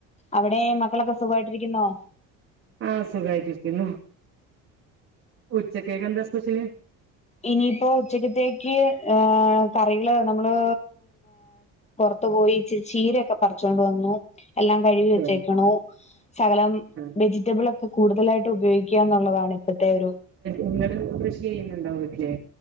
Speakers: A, on the left (about 20°); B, on the right (about 40°).
A: അവിടെ മക്കളൊക്കെ സുഖായിട്ടിരിക്കുന്നോ
B: ആഹ് സുഖായിട്ടിരിക്കുന്നു ഉച്ചക്കേക്ക് എന്താ സ്പെഷ്യല്
A: ഇനിയിപ്പോ ഉച്ചക്കത്തേക്ക് കറികള് നമ്മള് പൊറത്ത് പോയി ഇച്ചിരി ചീരയൊക്കെ പറിച്ചൊണ്ട് വന്നു എല്ലാം കഴുവി വെച്ചേക്കണു
B: ഏ
A: ശകലം
B: ആ
A: വെജിറ്റബിൾ ഒക്കെ കൂടുതലായിട്ട് ഉപയോഗിക് ക്കാംന്നുള്ളതാണ് ഇപ്പത്തെ ഒരു
B: നിങ്ങള് കൃഷി ചെയ്യുന്നുണ്ടോ വീട്ടില്